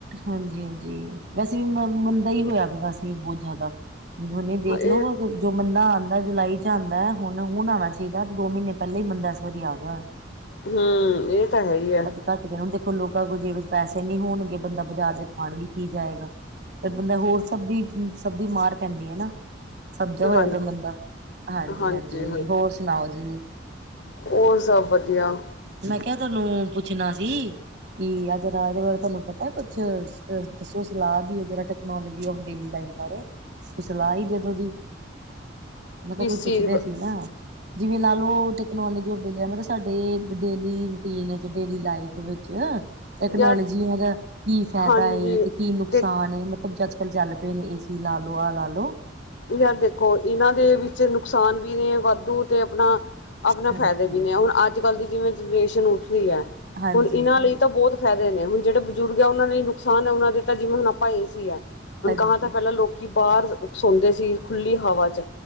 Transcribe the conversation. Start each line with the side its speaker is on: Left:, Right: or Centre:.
Right: ਹਾਂਜੀ-ਹਾਂਜੀ ਵੈਸੇ ਵੀ ਮੰਦਾ ਹੀ ਹੋਇਆ ਵੀ ਵੈਸੇ ਵੀ ਬਹੁਤ ਜ਼ਿਆਦਾ <inaudible> ਦੇਖ
Left: ਹਾਂ ਇਹ
Right: ਲੋੋ ਜੋ ਮੰਦਾ ਆਉਂਦਾ ਜੁਲਾਈ ਚ ਆਉਂਦਾ ਹੈ ਹੁਣ ਹੁਣ ਆਉਣਾ ਚਾਹੀਦਾ ਤੇ ਦੋ ਮਹੀਨੇ ਪਹਿਲਾਂ ਹੀ ਮੰਦਾ ਇਸ ਵਾਰੀ ਆ ਗਿਆ ਹੋਇਆ।
Left: ਹਮ ਇਹ ਤਾਂ ਹੈ ਹੀ ਆ
Right: ਘੱਟ ਗਏ ਹੁਣ ਦੇਖੋ ਲੋਕਾਂ ਕੋ ਜੇ ਵਿੱਚ ਪੈਸੇ ਨੀ ਹੋਣਗੇ ਬੰਦਾ ਬਾਜ਼ਾਰ ਚ ਪਾਣੀ ਪੀ ਜਾਏਗਾ ਫਿਰ ਬੰਦਾ ਹੋਰ ਸਬੀ ਸਬਜ਼ੀ ਮਾਰ ਪੈਂਦੀ ਹੈ ਨਾ ਸੱਦਿਆ ਹੋਇਆ
Left: ਹਾਂਜੀ।
Right: ਪਿਆ ਬੰਦਾ ਹਾਂਜੀ-ਹਾਂਜੀ
Left: ਹਾਂਜੀ
Right: ਹੋਰ ਸੁਣਾਓ ਜੀ
Left: ਹੋਰ ਸਭ ਵਧੀਆ
Right: ਮੈਂ ਕਿਹਾ ਤੁਹਾਨੂੰ ਪੁੱਛਣਾ ਸੀ ਕਿ ਆ ਜਿਹੜਾ ਇਹਦੇ ਬਾਰੇ ਤੁਹਾਨੂੰ ਪਤਾ ਹੈ ਕੁਛ ਦੱਸੋ ਸਲਾਹ ਦੀਓ ਜਿਹੜਾ ਟੈਕਨੋਲੋਜੀ ਆਫ ਡੇਲੀ ਲਾਈਫ ਬਾਰੇ ਕੋਈ ਸਲਾਹ ਹੀ ਦੇ ਦੋ ਜੀ ਮੈਂ ਕਿਹਾ
Left: ਕਿਸ
Right: ਕੋਈ
Left: ਚੀਜ਼
Right: ਪੁੱਛਦੇ ਸੀ ਨਾ ਜਿਵੇਂ ਲਾ ਲਓ ਟੈਕਨੋਲੋਜੀ ਅਪਡੇਲ ਮਤਲਬ ਸਾਡੇ ਡੇਲੀ ਰੂਟੀਨ ਵਿੱਚ ਡੇਲੀ ਲਾਈਫ ਵਿੱਚ ਟੈਕਨੋਲੋਜੀ
Left: ਯਾਰ
Right: ਇਹ ਦਾ ਕੀ ਫਾਇਦਾ
Left: ਹਾਂਜੀ
Right: ਏ ਤੇ ਕੀ ਨੁਕਸਾਨ
Left: ਦੇਖ
Right: ਏ ਮਤਲਬ ਜਦ ਚੱਲ ਪਏ ਨੇ ਏ ਸੀ ਲਾ ਲੋ ਆਹ ਲਾ ਲੋ
Left: ਯਾਰ ਦੇਖੋ ਇਹਨਾਂ ਦੇ ਵਿੱਚ ਨੁਕਸਾਨ ਵੀ ਨੇ ਵਾਧੂ ਤੇ ਆਪਣਾ ਆਪਣਾ
Right: ਹਾਂਜੀ
Left: ਫਾਇਦੇ ਵੀ ਨੇ ਹੈ ਹੁਣ ਅੱਜ ਕੱਲ ਦੀ ਜਿਵੇ ਜਨਰੇਸ਼ਨ ਉੱਠ ਰਹੀ ਹੈ
Right: ਹਾਂਜੀ
Left: ਹੁਣ ਇਹਨਾਂ
Right: ਹਾਂਜੀ
Left: ਲਈ
Right: ਹਾਂਜੀ
Left: ਤਾਂ ਬਹੁਤ ਫਾਇਦੇ ਨੇ ਹੁਣ ਜਿਹੜੇ ਬਜ਼ੁਰਗ ਆ ਉਹਨਾਂ ਨੇ ਨੁਕਸਾਨ ਹੈ ਉਹਨਾਂ ਦੇ ਤਾਂ ਜਿਵੇਂ ਹੁਣ ਆਪਾਂ ਏ ਸੀ ਹੈ ਹੁਣ
Right: ਹਾਂਜੀ
Left: ਕਾਂ ਤਾਂ ਪਹਿਲਾਂ ਲੋਕ ਕਿ ਬਾਹਰ ਸੌਦੇ ਸੀ ਖੁੱਲੀ ਹਵਾ ਚ